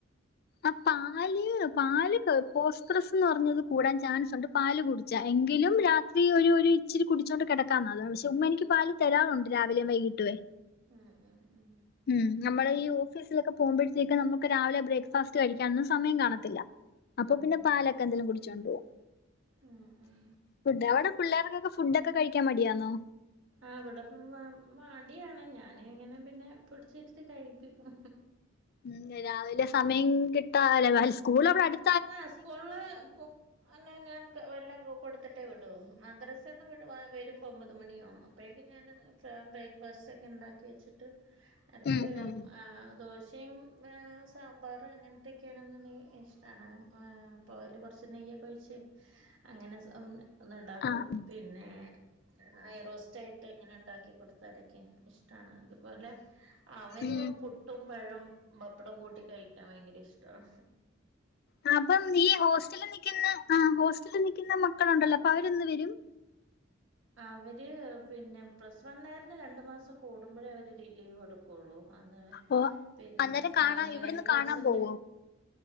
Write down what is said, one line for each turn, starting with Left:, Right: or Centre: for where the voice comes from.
Left: ആഹ് പാല് പാല് പോസ്പ്രസ്ന്ന് പറഞ്ഞത് കൂടാൻ ചാൻസോണ്ട് പാല് കുടി ച്ചാ എങ്കിലും രാത്രി ഒരു ഒരു ഇച്ചിരി കുടിച്ചോണ്ട് കെടക്കാന ചുമ്മ എനിക്ക് പാല് തരാറോണ്ട് രാവിലേം വൈകി ട്ടുവേ
Right: ഉം ഉം ഉം
Left: ഉം നമ്മള് ഈ ഓഫീസിലൊക്കെ പോകുമ്പോഴത്തേക്ക് നമുക്ക് രാവിലെ ബ്രക്ക് ഫസ്റ്റ് കഴിക്കാനൊന്നും സമയം കാണത്തില്ല അപ്പോ
Right: ഉം
Left: പിന്നെ പാലൊക്കെ എന്തെലും കുടിച്ചോണ്ടോകും
Right: ഉം ഉം
Left: ഫുഡ് അവടെ പിള്ളേർക്കൊക്കെ ഫുഡോക്കെ കഴിക്കാൻ മടിയാന്നോ?
Right: ആഹ് അവിടെപ്പം വാ മടിയാണ് ഞാനിങ്ങനെ പിന്നെ പിടിച്ചിരിത്തി കഴിപ്പിക്കും.
Left: ഉം രാവിലെ സമയം കിട്ടാല്ല അൽ സ്കൂള അട്
Right: ആഹ് സ്കൂൾല് പോ അന്നാ ഞാൻ വെല്ലോം കൊടുത്തിട്ടേ വിടു മദ്രസെന്ന് വിടു വരുമ്പോ ഒമ്പത് മണിയാവും അപ്പോഴേക്കും ഞാന് ബ്രേക്ക്ഫാസ്റ്റ്ക്കെ ഇണ്ടാക്കി വെച്ചിട്ട് അർക്ക്
Left: ഉം ഉം
Right: ആഹ് ദോശയും ആഹ് സാമ്പാറ് അങ്ങനത്തൊക്കെയാണെന്നെണ്ടങ്കി ഇഷ് ട്ടാണ് ആഹ് പ്പോ ഓല് കൊറച്ച് നെയ്യൊക്ക ഒഴിച്ച് അങ്ങനെ ഒന്നിണ്ടാക്കും
Left: ആഹ്
Right: പിന്നെ ആഹ് നെയ്യ് റോസ്റ്റയിട്ട് ഇങ്ങനെ ഇണ്ടാക്കി കൊടുത്താലൊക്കെ ഇഷ്ടാണ് അതുപോലെ അവന്
Left: ഉം
Right: പുട്ടും പഴവും ബപ്പടം കൂട്ടി കഴിക്കാൻ ഭയങ്കര ഇഷ്ടവാ
Left: ആഹ് അപ്പം ഈ ഹോസ്റ്റലി നിക്കുന്ന ആഹ് ഹോസ്റ്റലി നിക്കുന്ന മക്കളുണ്ടല്ലോ അപ്പ അവര്ന്ന് വരും
Right: അവര് പിന്നെ പ്ലസ് വൺണാരന് രണ്ട് മാസം കൂടുമ്പഴേ അവര് ഡി ലീവ് കൊടുക്കുള്ളൂ അന്ന്
Left: ഓ
Right: പിന്ന്
Left: അന്നേരം കാണാ
Right: മാവന്
Left: ഇവിടുന്ന്
Right: എൻട്രൻസിന്റെ
Left: കാണാൻ പോവും.